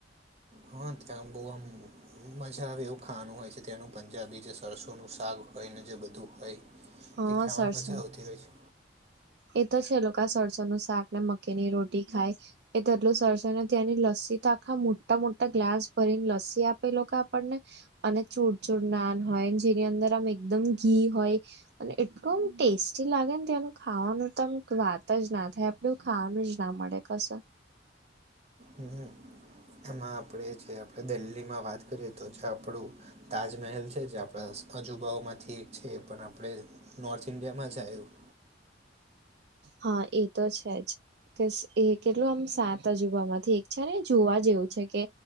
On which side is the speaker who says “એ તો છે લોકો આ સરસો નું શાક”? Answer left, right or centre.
Right